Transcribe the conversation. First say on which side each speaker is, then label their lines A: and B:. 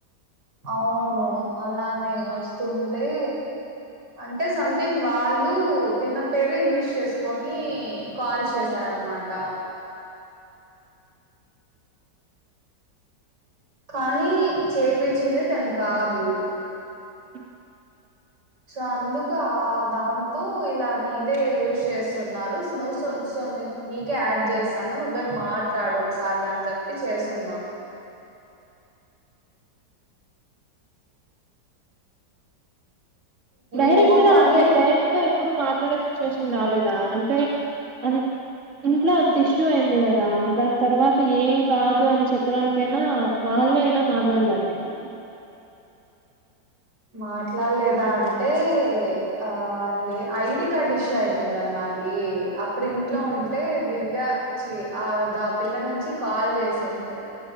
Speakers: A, on the right; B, on the right.
A: అవును అలానే వస్తుం టే అంటే సంథింగ్ వాళ్ళు తిన పేరే యూజ్ చేసుకొని కాల్స్ చేసారన్నమాట కానీ చేపిచ్చింది తను కాదు
B: <inaudible>
A: సో అందుక దాంతో ఇలా నీదే యూజ్ చేస్తున్నారు నో సోన్ ీ నీకే యాడ్ చేస్తాను నువ్వే మాట్లాడు ఒకసారి అని చెప్పి చేసిన్నా
B: డైరెక్ట్
A: ఏమో
B: గా
A: కానీ
B: అంటే డైరెక్ట్ గా ఎప్పుడు మాట్లాడే సిచ్యువేషన్ రాలేదా అంతే అది ఇంట్లో అంత ఇష్యూ అయింది కదా, దాని తర్వాత ఏం కాదు అని చెప్పడానికైనా బా అల్ ఏన మాట్లాలద ఏ
A: మాట్ ట్లా లేదా అంటే, ఆ లే ఐడి కార్డ్ ఇష్యూ అయింది అంట కదా నాది. ఇప్పుడు ఇంట్లో
B: ఉమ్,
A: ఉంటే దివ్య చి, ఆ ద ఆ పిల్ల నుంచ్ చి కాల్ చేసంమే,